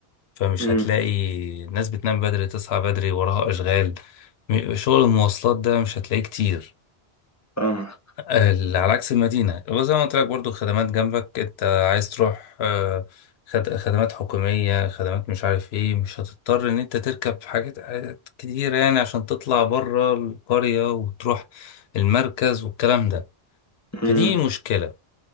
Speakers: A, on the left; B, on the left.
A: فمش
B: امم
A: هتلاقي الناس بتنام بدري تصحى بدري وراها أشغال م- شغل المواصلات ده مش هتلاقيه كتير
B: فاهمك
A: ال- على عكس المدينة وزي ما قلت لك برضو خدمات جنبك انت عايز تروح آه، خد- خدمات حكومية خدمات مش عارف ايه مش هتضطر ان انت تركب حاجات حاجات كتيرة يعني عشان تطلع بره القرية وتروح المركز والكلام ده
B: امم
A: فدي مشكلة